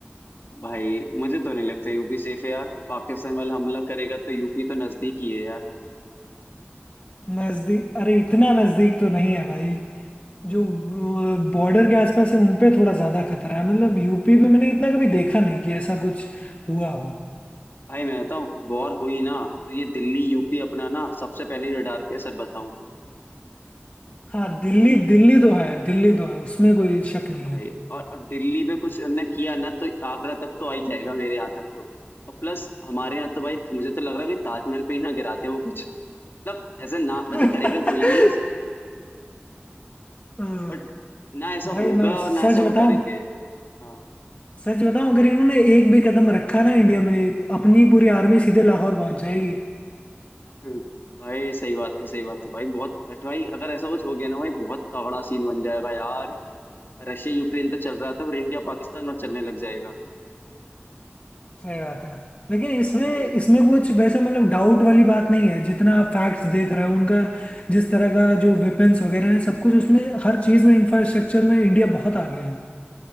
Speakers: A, on the left; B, on the left.
A: भाई मुझे तो नहीं लगता यूपी सेफ है यार पाकिस्तान वाला हमला करेगा तो यूपी तो नजदीक ही है यार
B: नजदीक अरे इतना नजदीक तो नहीं है भाई जो बॉर्डर के आसपास है उनपे थोड़ा ज्यादा खतरा है मतलब यूपी पे मैंने इतना कभी देखा नहीं कि ऐसा कुछ हुआ हो
A: भाई मैं बताऊँ वॉर हुई ना तो ये दिल्ली यूपी अपना ना सबसे पहले रडार पे है, सच बताऊं
B: हाँ दिल्ली दिल्ली तो है दिल्ली तो है उसमें कोई शक नहीं
A: भाई
B: है
A: और, और दिल्ली पे कुछ उनने किया ना तो आगरा तक तो आ ही जाएगा मेरे यहाँ तक तो और प्लस हमारे यहाँ तो भाई मुझे तो लग रहा है कि ताजमहल पे ही ना गिराते वो कुछ मतलब ऐसा ना वैसे
B: <laughs>
A: करेगा कोई नहीं है,
B: हाँ,
A: बट ना ऐसा
B: भाई
A: होगा
B: मैं
A: और
B: सच
A: ना ऐसा वो
B: बताऊं
A: करेंगे हाँ
B: सच बताऊं अगर इन्होंने एक भी कदम रखा ना इंडिया में अपनी पूरी आर्मी सीधे लाहौर पहुंच जाएगी
A: हम्म, भाई सही बात है सही बात है भाई बहुत बट भाई अगर ऐसा कुछ हो गया ना भाई बहुत तगड़ा सीन बन जाएगा यार रशिया यूक्रेन तो चल रहा था पर इंडिया पाकिस्तान और चलने लग जाएगा
B: सही बात है लेकिन इसमें
A: भाई
B: इसमें कुछ वैसा मतलब डाउट वाली बात नहीं है जितना आप फैक्ट्स देख रहे हो उनका जिस तरह का जो वेपन्स वगैरह है सब कुछ उसमें हर चीज़ में इंफ्रास्ट्रक्चर में इंडिया बहुत आगे है